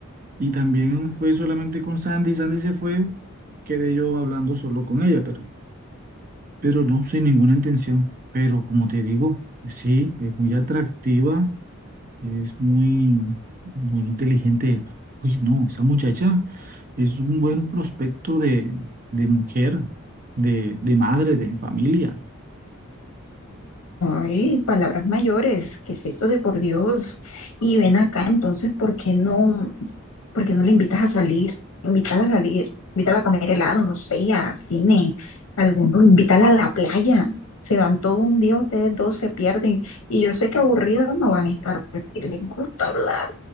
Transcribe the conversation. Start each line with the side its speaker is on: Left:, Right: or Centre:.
Right: y también fue solamente con Sandy, Sandy se fue, quedé yo hablando solo con ella, pero, pero no, sin ninguna intención. Pero como te digo, sí, es muy atractiva. Es muy, muy inteligente. Uy, no, esa muchacha es un buen prospecto de, de mujer, de, de madre, de familia.
Left: Ay, palabras mayores, ¿qué es eso de por Dios? Y ven acá, entonces, ¿por qué no, por qué no le invitas a salir? Invítala a salir, invítala a comer helado, no sé, a cine, alguno, invítala a la playa. Se van todo un día, ustedes dos se pierden. Y yo sé que aburridos no van a estar porque les gusta hablar,